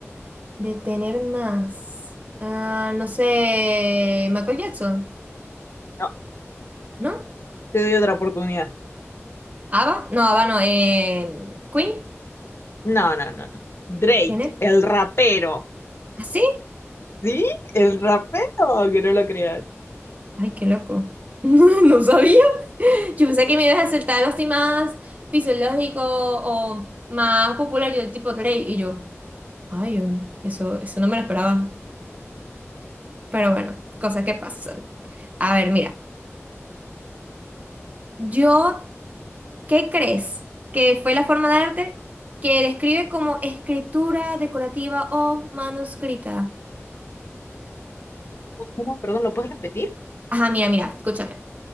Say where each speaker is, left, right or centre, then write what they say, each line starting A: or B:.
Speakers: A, on the right (about 35°); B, on the left (about 55°).
A: De tener más. Ah, no sé. Michael Jackson,
B: No,
A: ¿no?
B: te doy otra oportunidad.
A: ¿Ava? No, Ava no. eh, ¿Queen?
B: No, no, no, no. Drake,
A: ¿Quién es?
B: el rapero.
A: ¿Ah, sí?
B: ¿Sí? El rapero, que no lo creas.
A: Ay, qué loco. <laughs> No sabía. Yo pensé que me ibas a acertar los más fisiológico o más popular, yo tipo Drake. Y yo, ay, yo- eso, eso no me lo esperaba. Pero bueno, cosas que pasan. A ver, mira. Yo, ¿qué crees? Que fue la forma de arte que describe como escritura decorativa o manuscrita.
B: ¿Cómo? Perdón, ¿lo puedes repetir?
A: Ajá, mira, mira, escúchame.